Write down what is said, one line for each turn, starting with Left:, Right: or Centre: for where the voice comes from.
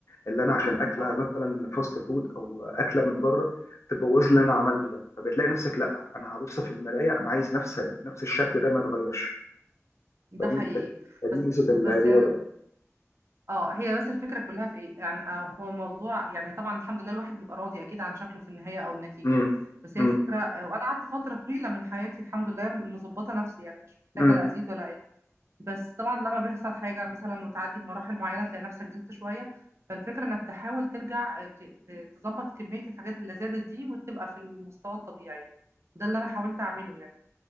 Left: اللي انا عشان اكله
Right: اه
Left: مثلا فاست فود او اكله من بره تبوظ اللي انا عملته ده فبتلاقي نفسك لا انا هبص في المرايه انا عايز نفس نفس الشكل ده ما يتغيرش
Right: ده
Left: فدي
Right: حقيقي
Left: فدي
Right: بس
Left: ميزه الرياضه
Right: بس
Left: يعني.
Right: اه هي بس الفكرة كلها في ايه يعني آه هو الموضوع يعني طبعا الحمد لله الواحد بيبقى راضي اكيد عن شكله في النهاية او النتيجة
Left: مم.
Right: بس
Left: مم.
Right: هي الفكرة آه، وانا قعدت فترة طويلة من حياتي الحمد لله مظبطة نفسي يعني مش محتاجة
Left: مم.
Right: لا ازيد ولا اقل بس طبعا لما بيحصل حاجة مثلا وتعدي بمراحل معينة تلاقي نفسك زدت شوية فالفكرة انك تحاول ترجع آه، ك- ت- تظبط كمية الحاجات اللي زادت دي وتبقى في المستوى الطبيعي ده اللي انا حاولت اعمله يعني